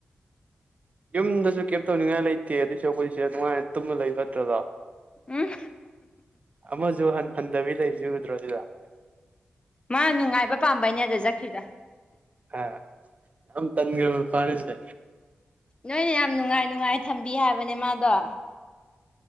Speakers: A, on the right; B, on the left.
A: ꯌꯨꯝꯗꯁꯨ ꯀꯩꯝ ꯇꯧꯅꯤꯡꯉꯥꯏ ꯂꯩꯇꯦ ꯑꯗꯨꯏꯁꯔꯨꯛꯄꯨꯗꯤ ꯁꯤꯗ ꯅꯨꯡꯉꯥꯏꯅ ꯇꯨꯝꯃ ꯂꯩ ꯐꯠꯇꯔꫭ ꯑꯗꫭ
B: ꯎꯝ
A: ꯑꯃꯁꯨ ꯍꯁ ꯍꯟꯗꯕꯤ ꯂꯩꯁꯤꯁꯦ ꯎꯗ꯭ꯔꯣ ꯁꯤꯗ
B: ꯃꯥ ꯅꯨꯡꯉꯥꯏꯕ ꯄꯥꯝꯕꯩꯅꯦ ꯑꯗ ꯆꯠꯈꯤꯗꯣ
A: ꯍꯥ ꯑꯝꯇꯪꯒꯤꯔꯣ ꯐꯥꯔꯤꯁꯦ
B: ꯅꯣꯏꯅ ꯌꯥꯝ ꯅꯨꯡꯉꯥꯏ ꯅꯨꯡꯉꯥꯏ ꯊꯝꯕꯤ ꯍꯥꯏꯕꯅꯦ ꯃꯥꯗꯣ